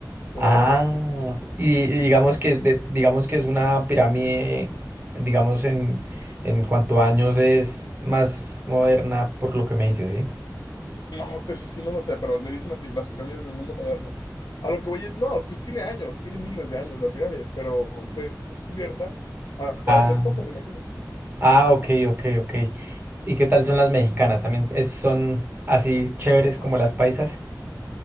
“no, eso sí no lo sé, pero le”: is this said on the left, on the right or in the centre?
Left